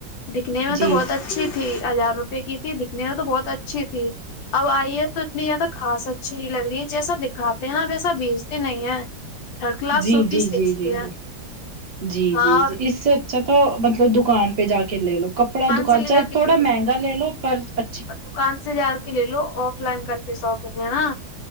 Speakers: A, on the left (about 80°); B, on the right (about 25°).
A: دکھنے میں
B: جی
A: تو بہت
B: جی
A: اچھی تھی ہزار روپئے کی تھی دکھنے میں تو بہت اچھی تھی اب آئیے ہے تو اتنی زیادہ خاص اچھی نہیں لگ رہی ہے جیسا دکھاتے ہیں ویسے ایسا بھیچتے نہیں ہیں تھرڈ کلاس
B: جی
A: سو پیس
B: جی
A: بیچتے
B: جی جی
A: ہیں
B: جی جی
A: ہاں
B: جی
A: اور
B: جی اس سے اچھا تو مطلب دکان پہ جا کے لے لو کپڑا دکان
A: سے لے
B: چاہے
A: جا کے
B: تھوڑا
A: لے لو
B: مہنگا لے لو پراچھ
A: دکان سے جا کے لے لو آف لائن کر کے ساپنگ ہے نا